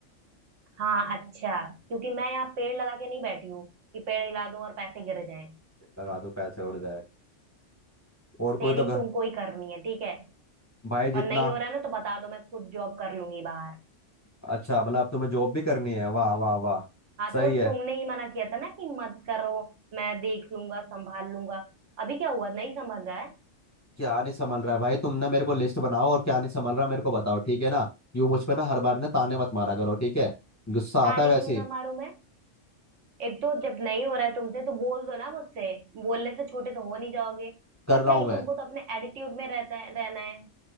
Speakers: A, on the right; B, on the left.
A: हाँ अच्छा क्योंकि मैं यहाँ पेड़ लगा के नहीं बैठी हूँ कि पेड़ हिला दूं और पैसे गिर जाएं
B: लगा दो पैसे उड़ जाए और कोई
A: सेविंग
B: तो घर
A: तुमको ही करनी है ठीक है
B: भाई जितना
A: और नहीं हो रहा ना तो बता दो मैं खुद जॉब कर लूंगी बाहर
B: अच्छा मतलब अब तुम्हें जॉब भी करनी है वाह वाह वाह
A: हाँ
B: सही
A: तो
B: है
A: तुमने ही मना किया था ना कि मत करो मैं देख लूंगा संभाल लूंगा अभी क्या हुआ नहीं संभल रहा है
B: क्या नहीं संभल रहा है भाई तुम ना मेरे को लिस्ट बनाओ और क्या नहीं संभल रहा मेरे को बताओ ठीक है ना यूं मुझ पे ना हर बार ना ताने मत मारा करो ठीक है गुस्सा आता
A: ताने
B: है वैसे
A: क्यों ना
B: ही।
A: मारूं मैं एक तो जब नहीं हो रहा है तुमसे तो बोल दो ना मुझसे बोलने से छोटे तो हो नहीं जाओगे
B: कर
A: बट
B: रहा
A: नहीं
B: हूं मैं
A: तुमको तो अपने एटीट्यूड में रहता है रहना है